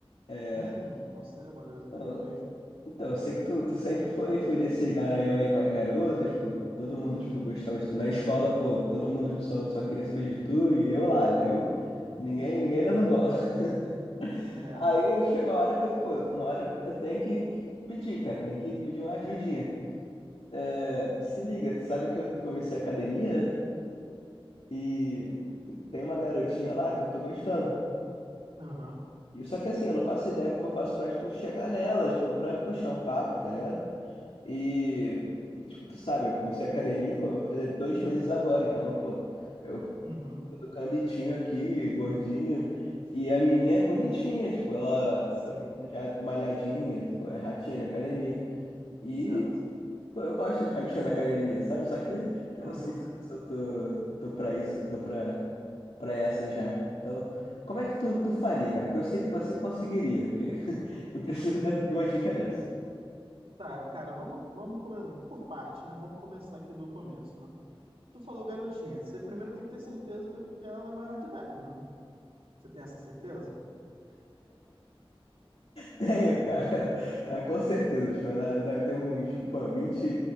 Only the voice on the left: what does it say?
É,
não,
então, eu sei que tu, tu sempre foi, foi desse garanhão aí com as garotas, tipo, todo mundo,
tipo, gostava de tu. Na escola, pô, todo mundo só, só queria saber de tu e eu lá, né? Eu, ninguém,
ninguém dando bola. <laughs>
Aí chegou a hora que, eu, pô, uma hora eu tenho que que pedir, cara, tenho que pedir uma ajudinha. É, se liga, tu sabe que eu comecei a academia, né? E tem uma garotinha lá que eu tô gostando.
E só que assim, eu não faço ideia como eu faço pra, tipo, chegar nela, tipo, pra puxar um papo, tá ligado? E, e, tipo, tu sabe, eu comecei a academia, pô, vai fazer dois meses agora, então, pô, eu
tô do cambitinho aqui, gordinho. E a menininha é bonitinha, tipo, ela,
pô, já é malhadinha, tu- é ratinha de academia. E,
pô, eu gosto de ratinha <laughs> da academia, sabe? Só que eu
não sei se, eu se eu tô, tô pra isso, eu tô pra. para essa já. Então, como é que tu, tu faria, cara? Porque eu sei que você conseguiria, porque <laughs> eu preciso da- de uma dica dessa.
Tenho, cara. <laughs> Ah, Com certeza. Tipo, ela, ela deve ter uns, pô, 20,